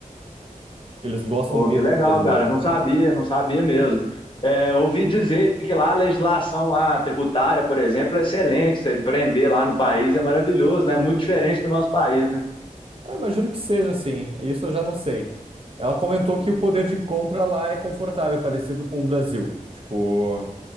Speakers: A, on the right; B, on the left.
A: Eles gostam
B: pô,
A: mesmo
B: que legal,
A: de brasileiro.
B: cara. Não
A: cara.
B: sabia, não sabia mesmo. É, ouvi dizer que lá a legislação lá, tributária, por exemplo, é excelente. Você empreender lá no país é maravilhoso, né? Muito diferente do nosso país, né?
A: Eu imagino que seja assim, isso eu já não sei. Ela comentou que o poder de compra lá é confortável, é parecido com o Brasil. Tipo.